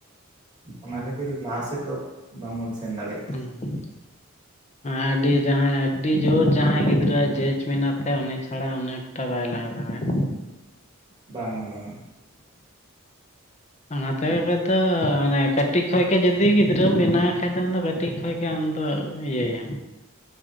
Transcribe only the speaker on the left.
ᱩᱸ ᱦᱩᱸ ᱾ ᱟᱹᱰᱤ ᱡᱟᱦᱟᱸᱭ ᱟᱹᱰᱤ ᱡᱳᱨ ᱡᱟᱦᱟᱸᱭ ᱜᱤᱫᱽᱨᱟᱹ ᱡᱮᱡᱽ ᱢᱮᱱᱟᱜ ᱛᱟᱭᱟ ᱩᱱᱤ ᱪᱷᱟᱲᱟ ᱩᱱᱤ ᱴᱟ ᱵᱟᱭ ᱞᱟᱦᱟ ᱫᱟᱲᱮᱜ
ᱚᱱᱟᱛᱮ <inaudible> ᱢᱟᱱᱮ ᱠᱟᱹᱴᱤᱡ ᱠᱷᱚᱡ ᱜᱮ ᱡᱩᱫᱤ ᱜᱤᱫᱽᱨᱟᱹᱢ ᱵᱮᱱᱟᱣᱮ ᱠᱷᱟᱡ ᱫᱚ ᱠᱟᱹᱴᱤᱡ ᱠᱷᱚᱡ ᱟᱢ ᱫᱚ ᱤᱭᱟᱹᱭᱟᱢ